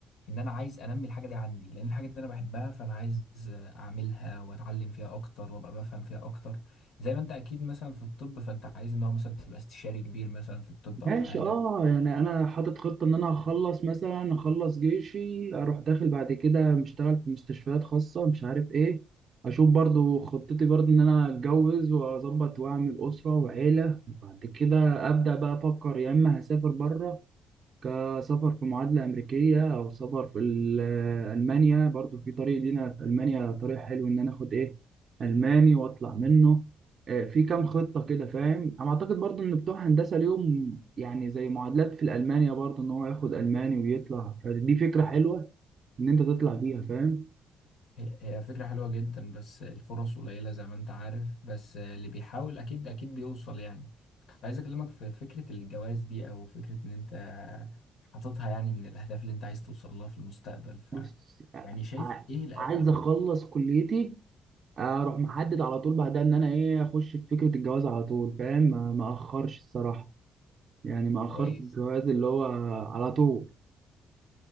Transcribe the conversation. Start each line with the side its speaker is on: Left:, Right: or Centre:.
Left: ان انا عايز انمي الحاجه دي عندي لان الحاجه دي انا بحبها فانا عايز اعملها واتعلم فيها اكتر وابقى بفهم فيها اكتر زي ما انت اكيد مثلا في الطب فانت عايز ان هو مثلا تبقى استشاري كبير مثلا في الطب او
Right: ماشي
Left: حاجه
Right: اه يعني انا حاطط خطه ان انا هخلص مثلا اخلص جيشي اروح داخل بعد كده مشتغل في مستشفيات خاصه مش عارف ايه اشوف برضو خطتي برضو ان انا اتجوز واظبط واعمل اسره وعيله وبعد كده ابدا بقى افكر يا اما هسافر بره كسفر في معادلة أمريكية أو سفر في ال- آه، ألمانيا برضو في طريق لينا في ألمانيا طريق حلو إن أنا آخد إيه ألماني وأطلع منه آه، في كام خطة كده فاهم أنا أعتقد برضو إن بتوع هندسة ليهم يعني زي معادلات في الألمانيا برضو إن هو ياخد ألماني ويطلع فدي فكرة حلوة إن أنت تطلع بيها فاهم
Left: هي هي فكره حلوه جدا بس الفرص قليله زي ما انت عارف بس اللي بيحاول اكيد اكيد بيوصل يعني عايز اكلمك في فكره الجواز دي او فكره ان انت حاططها يعني من الاهداف اللي انت عايز توصل لها في المستقبل ف
Right: بس آه،
Left: يعني شايف
Right: ع-
Left: ايه الاولى
Right: عايز أخلص كليتي أروح محدد على طول بعدها إن أنا إيه أخش في فكرة الجواز على طول فاهم ما ما أخرش الصراحة يعني ما أخرت
Left: كويس
Right: الجواز اللي هو على طول